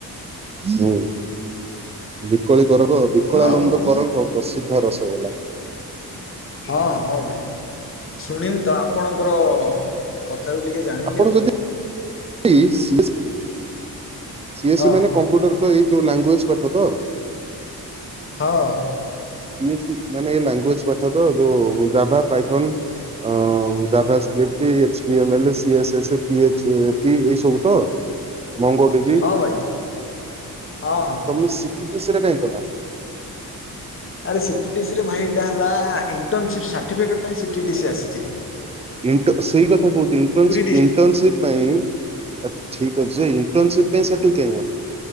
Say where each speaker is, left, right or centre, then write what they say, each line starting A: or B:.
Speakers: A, on the right; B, on the left.
A: ହୁଁ। ବିକୋଳି କର କ ବିକଳାନନ୍ଦ
B: ଆଉ
A: କର ଙ୍କ ପ୍ରସିଦ୍ଧ ରସଗୋଲା।
B: ହଁ ହଁ ଭାଇ ଶୁଣିନି ତ ଆପଣଙ୍କର କଥାରୁୁ ଟିକେ ଜାଣିଲି
A: ଆପଣ
B: ଆଉ।
A: ଯଦି <unintelligible> ସିଏସ୍
B: ହଁ
A: ମାନେ କମ୍ପ୍ୟୁଟର ତ ହେଇଥିବ ଲାଙ୍ଗୁଏଜ୍ ପାଠ ତ।
B: ହଁ।
A: ସିଏସ୍ ମାନେ ଲାଙ୍ଗୁଏଜ ପାଠ ତ ଯୋଉ ଜାଭା ପାଇଥନ ଅ JavaScript, HTML, CSS, PHP ଏଇ ସବୁ ସବୁ ତ। ମଙ୍ଗ ଟିବି
B: ହଁ ଭାଇ ହଁ ହଁ।
A: ଆ ତମେ ସି ସିଟିଡିଶି ରେ କାହିଁ କଲ?
B: <inaudible> ଆରେ ସିଟିଡିଶି ରେ ଭାଇ ଏଇଟା ହେଲା ଇଣ୍ଟନସିପି ସର୍ଟିଫିକେଟ ପାଇଁ ସିଟିଡିଶି ଆସିଚି।
A: ଇଣ୍ଟନ ସେଇ କଥା କହୁଚି ଇଣ୍ଟନ୍ସିପ
B: ଡିଷ୍ଟ୍
A: ଇନ୍ ଇଣ୍ଟନ୍ସିପ ପାଇଁ ଠିକ୍ ଅଛି ଇଣ୍ଟର୍ନସିପ୍ ପାଇଁ ସେଠିକି କାଇ ଗଲ।